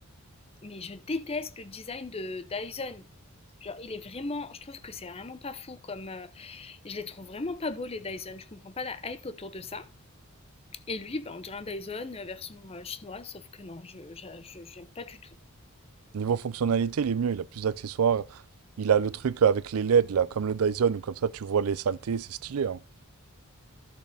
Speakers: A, on the left; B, on the right.
A: Mais je déteste le design de Dyson. Genre il est vraiment, je trouve que c'est vraiment pas fou comme. euh, Je les trouve vraiment pas beaux les Dyson. Je comprends pas la hype autour de ça. Et lui, bah, on dirait un Dyson euh, version euh, chinoise, sauf que non, je je- je- j'aime pas du tout.
B: Niveau fonctionnalité, il est mieux, il a plus d'accessoires. Il a le truc avec les LED, là, comme le Dyson, ou comme ça, tu vois les saletés, c'est stylé, hein.